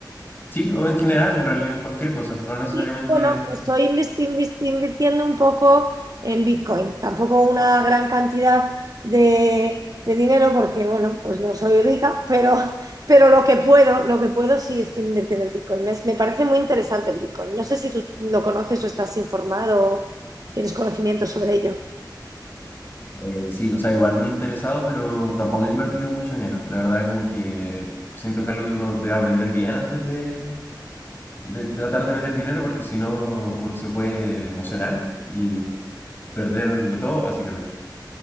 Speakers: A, on the left; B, on the right.
A: Sí, o en general, en realidad, en cualquier cosa, no necesariamente.
B: Y, bueno, estoy investi- investi- invirtiendo un poco en Bitcoin, tampoco una gran cantidad de, de dinero porque, bueno, pues no soy rica, pero, pero lo que puedo, lo que puedo sí estoy invirtiendo en Bitcoin. Me, me parece muy interesante el Bitcoin. No sé si tú lo conoces o estás informado o tienes conocimiento sobre ello.
A: eh, sí, o sea, igual me he interesado, pero tampoco he invertido mucho dinero. La verdad, es como que siento que es algo que uno debe aprender bien antes de de tratar de meter dinero porque si no uno se puede emocionar y perderlo todo, básicamente.